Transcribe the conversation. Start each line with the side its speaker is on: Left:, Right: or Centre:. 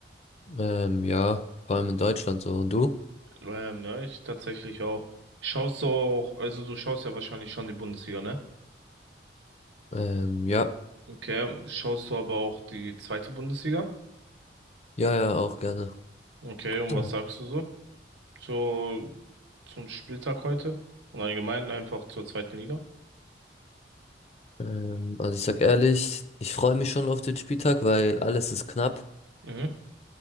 Left: ähm, ja, vor allem in Deutschland so. Und du?
Right: Ähm, ja, ich tatsächlich auch. Schaust du auch, also du schaust ja wahrscheinlich schon die Bundesliga, ne?
Left: Ähm, ja,
Right: Okay, schaust du aber auch die zweite Bundesliga?
Left: ja, ja, auch gerne.
Right: Okay, und
Left: Ja.
Right: was sagst du so zu, zum Spieltag heute? Und allgemein einfach zur zweiten Liga?
Left: Ähm, also ich sag ehrlich, ich freue mich schon auf den Spieltag, weil alles ist knapp.
Right: Mhm.